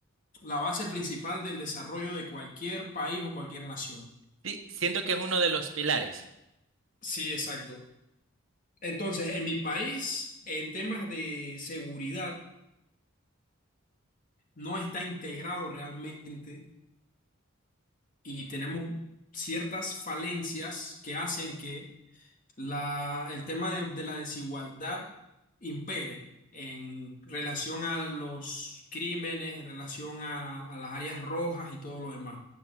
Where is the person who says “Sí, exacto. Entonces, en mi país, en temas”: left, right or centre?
Left